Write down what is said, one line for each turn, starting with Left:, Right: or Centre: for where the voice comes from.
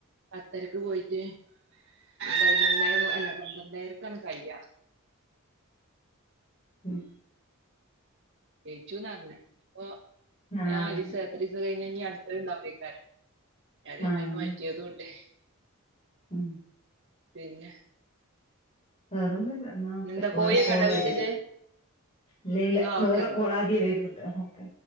Right: പത്തരക്ക് പോയ്റ്റ് പയ്നൊന്നേ അല്ല പന്ത്രണ്ടേരയ്ക്കാണ് കയ്യാ
Left: ഉം
Right: ജെയ്ച്ചു ന്നർഞ് അപ്പോ
Left: ആഹ്
Right: ന്നാലിസ
Left: അതന്നെ
Right: എത്രീസാ കഴിഞ്ഞ ഇഞ്ഞി അട്ത്തത് ഇണ്ടാവെയ്ക്കാരം. അതേ
Left: ആഹ്
Right: മായ്ക്ക് മറ്റേദൂണ്ട്.
Left: ഉം
Right: പിനെ
Left: വേറൊന്നും ഇല്ല എന്നാ ഓക്കെ
Right: എന്താ
Left: വേറെ
Right: കോഴിയൊക്കെ
Left: കോള്
Right: ഉണ്ടോ
Left: വെരുന്നുണ്ട്.
Right: വീട്ടില്
Left: ഇല്ല യില്ല
Right: എന്നാ
Left: വേറെ
Right: ഓക്കെന്നാ
Left: കോളാത്യേ വെരുന്നുണ്ട് ന്നാ ഓക്കെ